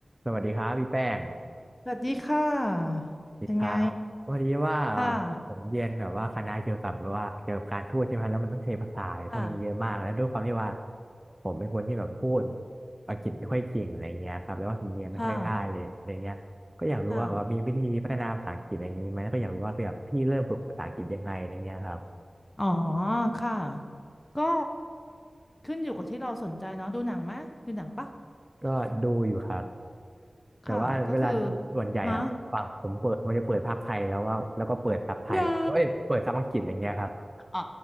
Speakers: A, on the right (about 20°); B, on the left (about 25°).
A: สวัสดีครับพี่แป้ง
B: สวัสดีค่ะ
A: สิครับพอดีว่า
B: เป็นไงค่ะ
A: ผมเรียนแบบว่าคณะเกี่ยวกับแบบว่าเกี่ยวกับการทูตใช่ไหมครับแล้วมันต้องใช้ภาษาพวกนี้เยอะมากแล้วด้วยความที่ว่า
B: ค่ะ
A: ผมเป็นคนที่แบบพูดอังกฤษไม่ค่อยเก่งอะไรเงี้ยครับแล้วก็สำเนียงไม่ค่อยได้เลยอะไรเงี้ยก็อยากรู้ว่าแบบมีวิธีพัฒนาภาษาอังกฤษอะไรอย่างนี้ไหมแล้วก็อยากรู้ว่าแบบพี่เริ่มฝึกภาษาอังกฤษยังไงอะไรเงี้ยครับ
B: ค่ะ ค่ะ อ๋อ ค่ะ ก็ขึ้นอยู่กับที่เราสนใจเนาะดูหนังไหม ดูหนังปะ
A: ก็ดูอยู่ครับ
B: ค่ะ
A: แต่ว่าเวลาดูส่วนใหญ่อะผมฟังผมเปิดผมจะเปิดภาคไทยแล้วว่าแล้วก็เปิดซับไทยเอ้ยเปิดซับอังกฤษอะไรเงี้ยครับ
B: ก็คือฮะยาอ๋อ